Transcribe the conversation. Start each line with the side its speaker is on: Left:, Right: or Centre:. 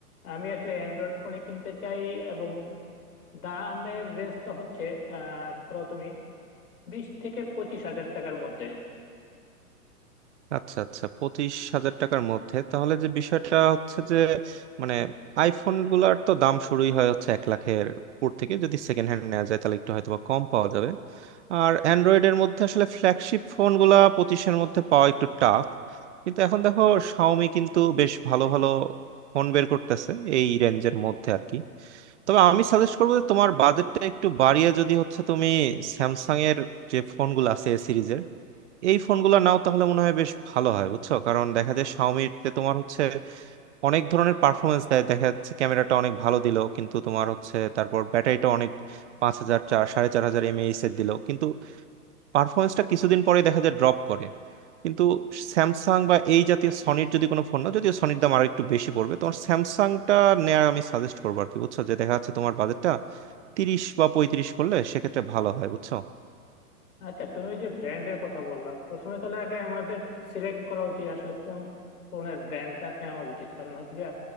Left: আমি আসলে অ্যান্ড্রয়েড ফোনই কিনতে চাই এবং দামের রেঞ্জটা হচ্ছে আহ ধরো তুমি বিশ থেকে পঁচিশ হাজার টাকার মধ্যে
Right: আচ্ছা আচ্ছা পঁচিশ হাজার টাকার মধ্যে তাহলে যে বিষয়টা হচ্ছে যে মানে আইফোন গুলার তো দাম শুরুই হয় হচ্ছে এক লাখের উপর থেকে যদি সেকেন্ড হ্যান্ড নেওয়া যায় তাহলে একটু হয়তো বা কম পাওয়া যাবে আর অ্যান্ড্রয়েডের মধ্যে আসলে ফ্ল্যাগশিপ ফোন গুলা পঁচিশের মধ্যে পাওয়া একটু টাফ কিন্তু এখন দেখো শাওমি কিন্তু বেশ ভালো ভালো ফোন বের করতেছে এই রেঞ্জের মধ্যে আর কি তবে আমি সাজেস্ট করবো যে তোমার বাজেটটা একটু বাড়িয়ে যদি হচ্ছে তুমি স্যামসাং এর যে ফোনগুলো আছে এ সিরিজের এই ফোনগুলো নাও তাহলে মনে হয় বেশ ভালো হয় বুঝছো কারণ দেখা যায় শাওমিতে তোমার হচ্ছে অনেক ধরনের পারফরমেন্স দেয় দেখা যাচ্ছে ক্যামেরাটা অনেক ভালো দিল কিন্তু তোমার হচ্ছে তারপর ব্যাটারিটা অনেক পাঁচ হাজার চার সাড়ে চার হাজার এমএএইচ এর দিল কিন্তু পারফরমেন্সটা কিছুদিন পরে দেখা যায় ড্রপ করে কিন্তু স্যামসাং বা এই জাতীয় সনির যদি কোনো ফোন না যদিও সনির দাম আরো একটু বেশি পড়বে তোমার স্যামসাংটা নেওয়ার আমি সাজেস্ট করবো আর কি বুঝছো যে দেখা যাচ্ছে তোমার বাজেটটা তিরিশ বা পঁয়ত্রিশ করলে সেক্ষেত্রে ভালো হয় বুঝছো
Left: আচ্ছা তুমি যে ব্র্যান্ডের কথা বললা প্রথমে তাহলে আগে আমাদের সিলেক্ট করা উচিত আসলে কোন ফোনের ব্র্যান্ডটা নেওয়া উচিত কারণ হচ্ছে যে